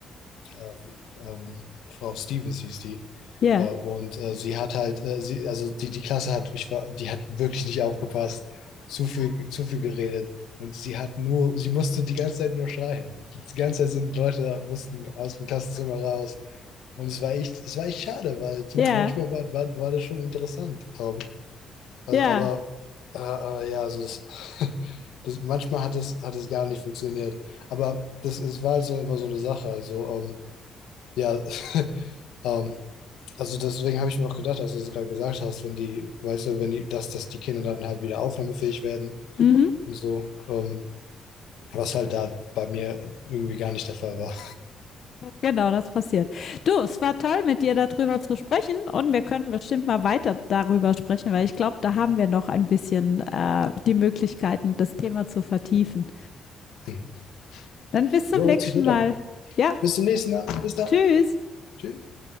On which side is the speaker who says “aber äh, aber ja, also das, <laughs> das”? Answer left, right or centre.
Left